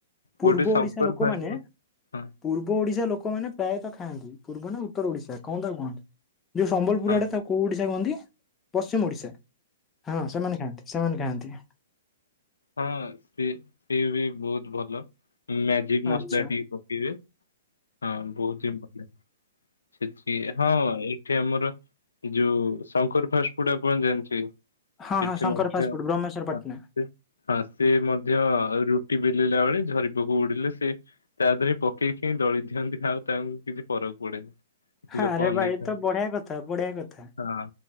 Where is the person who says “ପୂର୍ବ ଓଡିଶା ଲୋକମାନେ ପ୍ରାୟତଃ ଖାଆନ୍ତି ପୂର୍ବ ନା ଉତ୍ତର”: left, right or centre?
Left